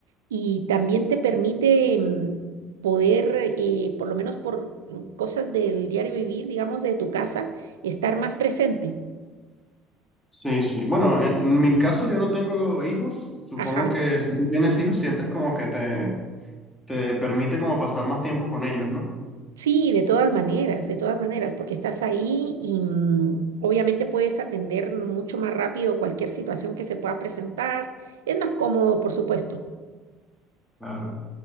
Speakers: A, on the right; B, in the centre.
A: y también te permite mm, poder, eh, por lo menos por mm, cosas del diario vivir, digamos, de tu casa, estar más presente.
B: Sí, sí. Bueno, en, en mi caso yo no tengo hijos. Supongo
A: Ajá.
B: que si tú tienes hijos, sientes como que te, te permite como pasar más tiempo con ellos, ¿no?
A: Sí, de todas maneras, de todas maneras, porque estás ahí y mm, obviamente puedes atender mucho más rápido cualquier situación que se pueda presentar. Es más cómodo, por supuesto.
B: Claro.